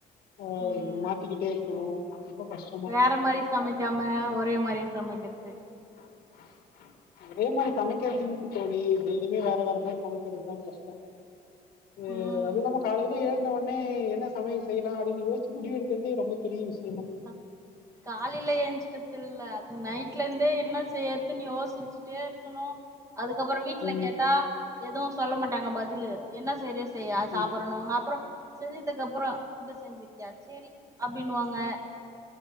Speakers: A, on the left; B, on the right.
A: ஆ
B: ம்
A: மாத்திக்கிட்டே இருக்கணு ரொம்ப கஷ்
B: வேற மாரி சமைக்காம ஒரே மாரியே சமைக்கறது
A: <inaudible> ஒரே மாரி சமைக்கறது ஈசி தோழி டெய்லியுமே வேற வேற மாரி சமைக்கறதுதா கஷ்டோ ஏ
B: ம்
A: அது நாம காலைலியே ந்த ஒனே என்ன சமையல் செய்யலா அப்டின்னு யோசிச்சு முடிவெடுக்கறதே ரொம்ப பெரிய விஷ்
B: ஆ காலையில எஞ்சுக்க இல்ல அது நைட்ல இருந்தே என்ன செய்யறதுன் யோசிச்சுட்டே இருக்கணு அதுக்கப்பறோ வீட்ல
A: ம்
B: கேட்டா எதுவு சொல்ல மாட் டாங்க பதிலு என்ன செய்ரியோ செய் ஆ சாப்புரோனாங்க
A: ம்
B: அப்பறோ செஞ்சதுக்கப் பறோ இத செஞ்சிருக்கியா சேரி அப்டின்னுவாங்க